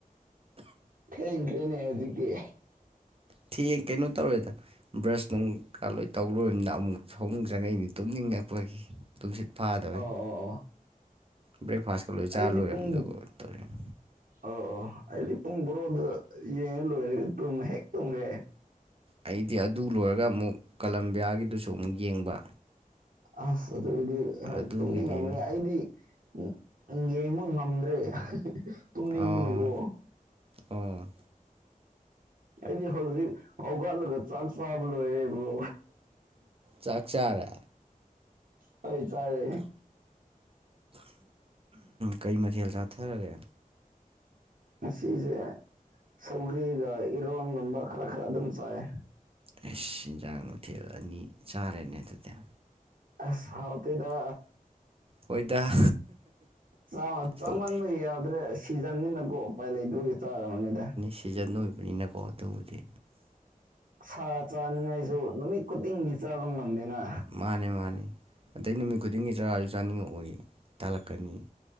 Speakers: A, on the right (about 70°); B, on the right (about 40°).
A: ꯊꯦꯡꯈ꯭ꯔꯦꯅꯦ ꯍꯧꯖꯤꯛꯇꯤ
B: ꯊꯤꯌꯦ ꯀꯩꯅꯣ ꯇꯧꯔꯦꯗ ꯕ꯭ꯔꯁ ꯅꯨꯡ ꯀ ꯂꯣꯏ ꯇꯧꯔꯣꯏꯃꯤꯅ ꯑꯃꯨꯛ ꯐꯃꯨꯝ ꯆꯡꯉꯛꯏꯅꯦ ꯇꯨꯝꯅꯤꯡꯉꯛꯄꯒꯤ ꯇꯨꯝꯁꯤꯠ ꯐꯥꯗꯕꯩ
A: ꯑꯣ ꯑꯣ ꯑꯣ
B: ꯕ꯭ꯔꯦꯛꯐꯥꯁꯀ ꯂꯣꯏ
A: ꯑꯩꯗꯤ
B: ꯆꯥ ꯂꯣꯏꯔꯃꯤ
A: ꯄꯨꯡ
B: ꯑꯗꯨꯒ ꯇꯨꯝꯅꯤꯡ
A: ꯑꯣ ꯑꯣ ꯑꯩꯗꯤ ꯄꯨꯡ ꯕꯣꯔꯣꯗ ꯌꯦꯡꯉ ꯂꯣꯏꯔꯦ ꯇꯨꯝꯃꯦ ꯇꯨꯝꯒ꯭ꯔꯦ
B: ꯑꯩꯗꯤ ꯑꯗꯨ ꯂꯣꯏꯔꯒ ꯑꯃꯨꯛ ꯀꯂꯝꯕꯤꯌꯥꯒꯤꯗꯨꯁꯨ ꯑꯃꯨꯛ ꯌꯦꯡꯕ
A: ꯑꯁ ꯑꯗꯨꯒꯤꯗꯤ ꯍꯣꯏ
B: ꯑꯗꯨꯒꯤꯅꯤꯅꯦ
A: ꯇꯨꯝꯅꯤꯡ ꯉꯝꯒꯅꯤ ꯑꯩꯗꯤ ꯎ ꯎꯝ ꯌꯦꯡꯕ ꯉꯝꯗ꯭ꯔꯦ ꯇꯨꯝꯅꯤꯡꯕꯅꯀꯣ
B: ꯑꯥꯎ ꯑꯣ
A: ꯑꯩꯗꯤ ꯍꯧꯖꯤꯛ ꯍꯧꯒꯠꯂꯒ ꯆꯥꯛ ꯆꯥꯕ ꯂꯣꯏꯔꯦ ꯕ꯭ꯔꯣ
B: ꯆꯥꯛ ꯆꯥꯔꯦ
A: ꯍꯣꯏ ꯆꯥꯔꯦ
B: ꯀꯩ ꯃꯊꯦꯜ ꯆꯥꯊꯔꯒꯦ
A: ꯑꯁꯤꯖꯦ ꯁꯧꯒ꯭ꯔꯤꯒ ꯏꯔꯣꯟꯒꯨꯝꯕ ꯈꯔ ꯈꯔ ꯑꯗꯨꯝ ꯆꯥꯏ
B: ꯑꯩꯁ ꯏꯦꯟꯖꯥꯡ ꯃꯊꯦꯜ ꯑꯅꯤ ꯆꯥꯔꯦꯅꯦ ꯑꯗꯨꯗꯤ
A: ꯑꯁ ꯍꯥꯎꯇꯦꯗ
B: ꯍꯣꯏꯗ
A: ꯥ ꯆꯥꯛ ꯆꯥꯃꯟꯕ
B: ꯇꯧ
A: ꯌꯥꯗ꯭ꯔꯦ ꯁꯤꯖꯟꯅꯤꯅꯀꯣ ꯎꯄꯥꯏ ꯂꯩꯗꯒꯤ ꯆꯥꯔꯕꯅꯤꯗ
B: ꯁꯤꯖꯟꯅ ꯑꯣꯏꯕꯅꯤꯅꯀꯣ ꯇꯧꯕꯨꯗꯤ
A: ꯁꯥ ꯆꯥꯅꯤꯡꯉꯥꯏꯁꯨ ꯅꯨꯃꯤꯠ ꯈꯨꯨꯗꯤꯡꯒꯤ ꯆꯥꯕ ꯉꯝꯗꯦꯅ
B: ꯃꯥꯅꯦ ꯃꯥꯅꯦ ꯑꯗꯩ ꯅꯨꯃꯤꯠ ꯈꯨꯗꯤꯡꯒꯤ ꯆꯔꯥꯁꯨ ꯆꯥꯅꯤꯡꯉꯛꯑꯣꯏ ꯇꯜꯂꯛꯀꯅꯤ